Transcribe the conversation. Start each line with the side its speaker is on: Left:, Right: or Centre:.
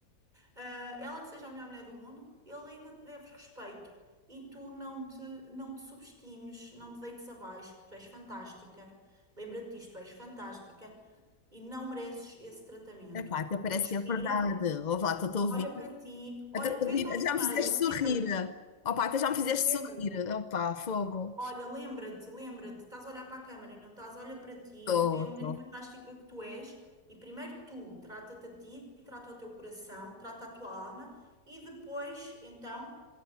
Right: Ah, ela que seja a melhor mulher do mundo, ele ainda te deve respeito e tu não te, não te subestimes, não te deites abaixo, porque tu és fantástica. Lembra-te disto, tu és fantástica e não mereces esse tratamento.
Left: Epá, até parece
Right: Respira,
Left: que é verdade. Ó lá, estou a ouvir.
Right: olha para ti, olha,
Left: Até tô
Right: vê-te
Left: a ouvir.
Right: ao espelho,
Left: Já me fizeste
Right: lembra-te,
Left: sorrir. Ó pá, até já me fizeste
Right: lembra-te.
Left: sorrir. Ó fogo.
Right: Olha, lembra-te, lembra-te, estás a olhar para a câmara, não estás a olhar para ti,
Left: Estou,
Right: vê a mulher
Left: estou.
Right: fantástica que tu és, e primeiro tu trata-te a ti, trata o teu coração, trata a tua alma, e depois, então,